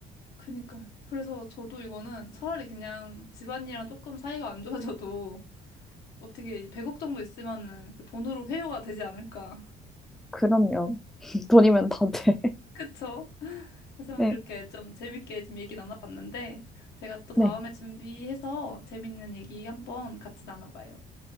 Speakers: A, on the left (about 85°); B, in the centre.
A: 그니까요. 그래서 저도 이거는 차라리 그냥 집안이랑 조금 사이가 안 좋아져도 어떻게 100억 정도 있으면은 그 돈으로 회유가 되지 않을까.
B: 그럼요. <laughs> 돈이면 다 돼.
A: 그쵸? 그래서
B: 네.
A: 이렇게 좀 재밌게 좀 얘기 나눠봤는데 제가 또 다음에
B: 네.
A: 준비해서 재밌는 얘기 한번 같이 나눠봐요.